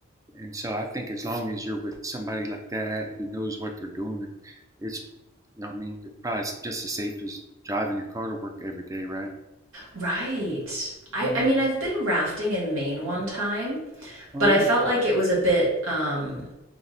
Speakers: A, on the right; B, on the right.
A: And so I think as long as you're with somebody like that who knows what they're doing, it's, you know, what I mean, it's probably just as safe as driving your car to work every day, right?
B: right. I,
A: hmm
B: I mean, I've been rafting in Maine one time,
A: Oh
B: but I felt like it was a bit um,